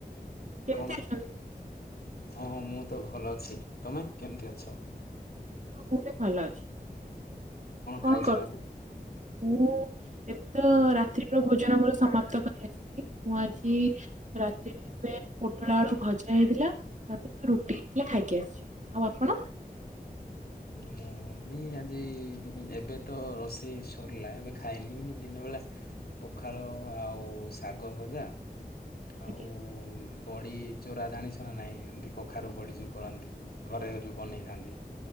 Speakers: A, on the right (about 50°); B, on the left (about 75°).
A: କେମତି
B: କଣ
A: ଅଛନ୍ତି?
B: ହଁ ମୁଁ ତ ଭଲ ଅଛି ତମେ କେମତି ଅଛ?
A: ହଁ ମୁଁ ବି ଭଲ ଅଛି। କଣ
B: ଖାଇଛ
A: କରୁଚ?
B: ଆଜି?
A: ମୁଁ ଏବେ ତ ରାତ୍ରିର ଭୋଜନ ମୋର ସମାପ୍ତ କରି ଆସ ମୁଁ ଆଜି ରାତିରେ ଏବେ ପୋଟଳ ଆଳୁ ଭଜା ହେଇଥିଲା ତା ସହିତ ରୁଟି ହେଇଥିଲା ଖାଇକି ଆସଚି। ଆଉ ଆପଣ?
B: ମୁଁ ବି ଆଜି ବି ବି ଏବେ ତ ରୋଷେଇ ସରଲା ଏବେ ଖାଇନି କିନ୍ତୁ ଦିନ ବଳା ପଖାଳ ଆଉ ଉ ଉ ଶାଗ ଭଜା ଆଉ
A: ଆଜ୍ଞା
B: ଉ ଉ ଉଁ ବଡ଼ି ଚୋରା ଜାଣିଛ ନା ନାଇଁ ଏମିତି କଖାରୁ ବଡ଼ି ଯୋଉ କରନ୍ତି ଘରେ ଯୋଉ ବନେଇଥାନ୍ତି।